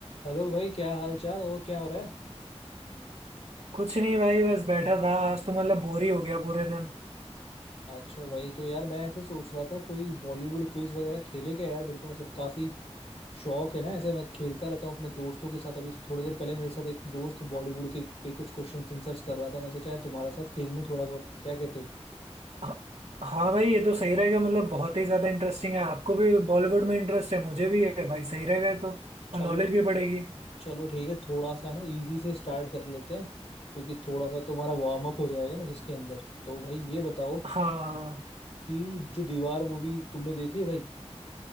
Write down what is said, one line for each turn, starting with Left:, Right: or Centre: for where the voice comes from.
Left: Hello भाई क्या हाल चाल और क्या हो रहा है
Right: कुछ नहीं भाई बस बैठा था आज तो मतलब बोर ही हो गया पूरे दिन
Left: अच्छा भाई तो यार मैं ऐसे सोच रहा था कोई बॉलीवुड क्विज वगैरह खेले क्या यार मेरे को मतलब काफी शौक है ना ऐसे मैं खेलता रहता हूँ अपने दोस्तों के साथ अभी थोड़ी देर पहले मेरे साथ एक दोस्त बॉलीवुड के पे कुछ क्वेश्चन आंसर्स कर रहा था मैं सोचा यार तुम्हारे साथ खेल लूँ थोड़ा बहुत क्या कहते हो
Right: ह- हाँ भाई ये तो सही रहेगा मतलब बहुत ही ज्यादा इंटरेस्टिंग है आपको भी बॉलीवुड में इंटरेस्ट है मुझे भी है भाई सही रहेगा ये तो
Left: चलो
Right: और नॉलेज
Left: ठीक
Right: भी बढ़ेगी
Left: चलो ठीक है थोड़ा सा है ना इजी से स्टार्ट कर लेते हैं क्योंकि थोड़ा सा तुम्हारा वार्म अप हो जाएगा ना जिसके अंदर तो भाई ये बताओ
Right: हाँ
Left: कि जो दीवार मूवी तुमने देखी है भाई